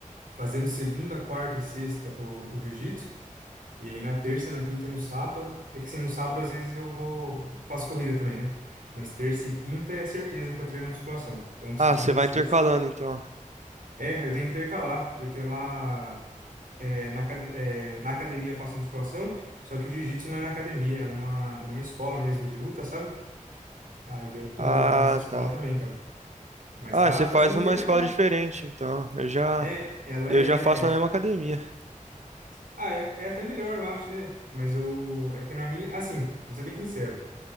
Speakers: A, on the right; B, on the right.
A: fazendo segunda, quarta e sexta o, o jiu-jitsu. E aí na terça, na quinta e no sábado. É que assim, no sábado às vezes eu vou. Faço corrida também, né? Mas terça e quinta é certeza que eu treino musculação. Então de
B: Ah,
A: segunda
B: você
A: a
B: vai
A: sexta.
B: intercalando, então.
A: É, eu tenho que intercalar, porque lá. É, na, acad- é, na academia eu faço musculação, só que o jiu-jitsu não é na academia, é numa, é numa escola mesmo de luta, sabe? Aí eu tô,
B: Ah,
A: tô nessa escola
B: tá.
A: também, cara. Mas
B: Ah,
A: tá,
B: você faz
A: tá sendo
B: uma
A: bem
B: escola
A: legal.
B: diferente, então. Eu já
A: É, ela
B: Eu
A: é.
B: já faço na mesma academia.
A: Ah, é, é até melhor, eu acho, né? Mas eu. É que na minha. Assim, vou ser bem sincero.